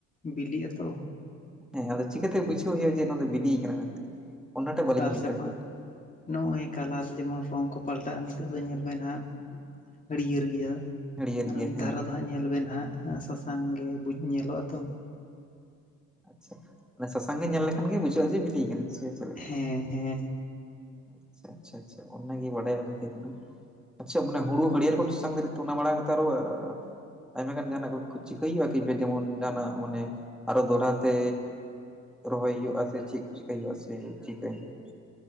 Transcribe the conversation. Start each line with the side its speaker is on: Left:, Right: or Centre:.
Left: ᱵᱤᱞᱤᱜ-ᱟ ᱛᱚ,
Centre: ᱦᱮᱸ ᱟᱫᱚ ᱪᱤᱠᱟᱹᱛᱮ ᱵᱩᱡᱷᱟᱹᱣ ᱜᱮᱭᱟ ᱡᱮ ᱱᱚᱣᱟ ᱫᱚ ᱵᱤᱞᱤᱭ ᱠᱟᱱᱟ ᱢᱮᱱᱛᱮ? ᱚᱱᱟᱴᱟᱜ ᱵᱟᱹᱞᱤᱧ
Left: ᱥᱟᱨ
Centre: ᱵᱩᱡᱽ
Left: ᱪᱟᱯᱟᱱ᱾
Centre: ᱫᱟᱲᱮᱭᱟᱜ ᱠᱟᱱ ᱛᱟᱦᱮᱸᱫ
Left: ᱱᱚᱜᱼᱚᱭ ᱠᱟᱞᱟᱨ ᱡᱮᱢᱚᱱ ᱨᱚᱝ ᱠᱚ ᱯᱟᱞᱴᱟᱜᱼᱟ ᱱᱤᱛᱚᱜ ᱫᱚ ᱧᱮᱞ ᱢᱮ ᱱᱟᱦᱟᱜ ᱦᱟᱹᱨᱭᱟᱹᱲ ᱜᱮᱭᱟ᱾
Centre: ᱦᱟᱹᱲᱭᱟᱹᱨ
Left: ᱟᱨᱚ
Centre: ᱜᱮᱭᱟ
Left: ᱩᱧ
Centre: ᱦᱮᱸ
Left: ᱫᱷᱟᱨᱮ ᱫᱚ ᱦᱟᱸᱜ ᱧᱮᱞ ᱵᱮᱱ ᱦᱟᱸᱜ ᱥᱟᱥᱟᱝ ᱜᱮ ᱵᱩᱡᱽ ᱧᱮᱞᱚᱜᱼᱟ ᱛᱚ᱾
Centre: ᱟᱪᱪᱷᱟ ᱢᱟᱱᱮ ᱥᱟᱥᱟᱝ ᱜᱮ ᱧᱮᱞ ᱞᱮᱠᱷᱟᱱ ᱜᱮ ᱵᱩᱡᱷᱟᱹᱜᱼᱟ ᱡᱮ ᱵᱤᱞᱤᱭ ᱠᱟᱱᱟ ᱥᱮ ᱪᱮᱫ? ᱞᱮᱠᱟ
Left: ᱦᱮᱸ ᱦᱮᱸ᱾
Centre: ᱟᱪᱪᱷᱟ ᱟᱪᱪᱷᱟ ᱟᱪᱪᱷᱟ, ᱚᱱᱟᱜᱮ ᱵᱟᱰᱟᱭ ᱵᱟᱝ ᱛᱟᱦᱮᱸ ᱠᱟᱱᱟ᱾ ᱟᱪᱪᱷᱟ ᱚᱱᱟ ᱦᱩᱲᱩ ᱦᱟᱹᱲᱭᱟᱹᱨ ᱠᱷᱚᱱ ᱥᱟᱥᱟᱝ ᱫᱟᱲᱤᱡ ᱛᱮ ᱚᱱᱟ ᱢᱟᱲᱟᱝ <unintelligible> ᱟᱨᱚ- ᱟᱭᱢᱟ ᱜᱟᱱ ᱡᱟᱦᱟᱸᱱᱟᱜ ᱠᱚ ᱪᱤᱠᱟᱹᱭ ᱦᱩᱭᱩᱜᱼᱟ ᱠᱤ ᱡᱮᱢᱚᱱ ᱡᱟᱦᱟᱸᱱᱟᱜ ᱢᱟᱱᱮ ᱟᱨᱚ ᱫᱚᱲᱦᱟ ᱛᱮ ᱨᱚᱦᱚᱭ ᱦᱩᱭᱩᱜ ᱟ ᱥᱮ ᱪᱮᱫ ᱪᱤᱠᱟᱹᱭ ᱦᱩᱭᱩᱜ-ᱟ ᱥᱮ ᱪᱤᱠᱟᱹᱭ ᱦᱩᱭᱩᱜᱼᱟ?